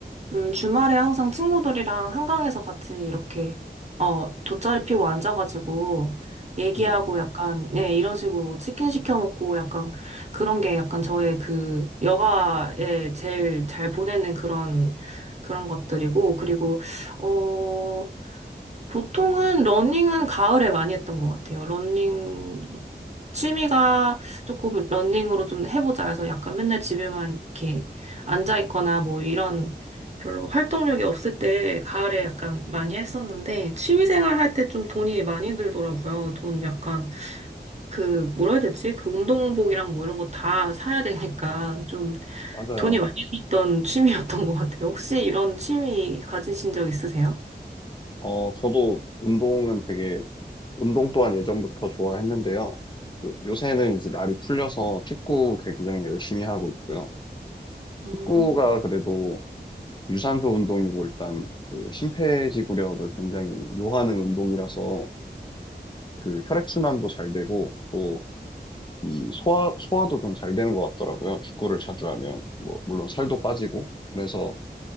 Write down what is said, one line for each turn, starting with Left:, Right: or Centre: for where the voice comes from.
Right: 음, 주말에 항상 친구들이랑 한강에서 같이 이렇게, 어, 돗자리 피고 앉아가지고, 얘기하고
Left: 네,
Right: 약간, 네, 이런 식으로 치킨 시켜 먹고 약간, 그런 게 약간 저의 그, 여가에 제일 잘 보내는 그런, 그런 것들이고, 그리고, 어, 보통은 러닝은 가을에 많이 했던 것 같아요. 러닝, 취미가 조금 러닝으로 좀 해보자 해서 약간 맨날 집에만 이렇게 앉아있거나 뭐 이런 별로 활동력이 없을 때 가을에 약간 많이 했었는데 취미생활 할 때 좀
Left: 음,
Right: 돈이 많이 들더라고요. 돈 약간 그 뭐라 해야 되지? 그 운동복이랑 뭐 이런 거 다 사야 되니까 좀
Left: 맞아요.
Right: 돈이 많이 들었던 <laughs> 취미였던 것 같아요. 혹시 이런 취미 가지신 적 있으세요?
Left: 어, 저도 운동은 되게 운동 또한 예전부터 좋아했는데요. 요- 요새는 이제 날이 풀려서 축구 굉장히 열심히 하고 있고요.
Right: 음,
Left: 축구가 그래도 유산소 운동이고 일단 그 심폐지구력을 굉장히 요하는 운동이라서 그 혈액순환도 잘 되고 또 이 소화, 소화도 좀 잘 되는 것 같더라고요. 축구를 자주 하면. 뭐, 물론 살도 빠지고. 그래서